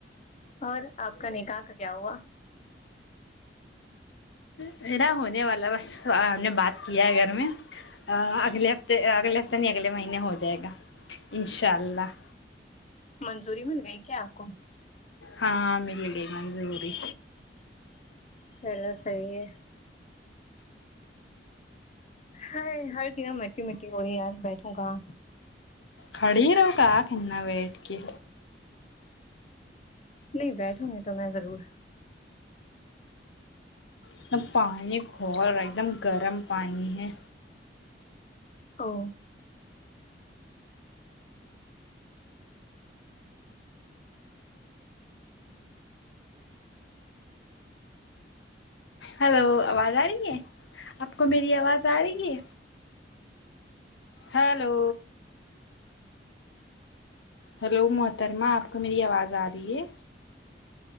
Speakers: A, on the left; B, on the left.
A: اور آپ کا نکاح کا کیا ہوا
B: میرا ہونے والا بس ہم نے بات کیا ہے گھر میں اگلے ہفتے اگلے ہفتہ نہیں اگلے مہینے ہو جائے گا انشاء اللہ
A: منظوری مل گئی کیا آپ کو
B: ہاں مل گئی منظوری
A: چلو صحی ہے ہے ہر چیزہ مٹی مٹی ہو رہی ہے یار بیٹھوں کہا
B: کھڑی رہو کا کرنا ہے ویٹ کے
A: نہیں بیٹھوں گی تو میں ضرور
B: ایک دم پانی کھور ہے ایک دم گرم پانی ہے
A: او
B: ہلو آواز آ رہی ہے آپ کو میری آواز آ رہی ہے ہیلو ہیلو محترمہ آپ کو میری آواز آ رہی ہے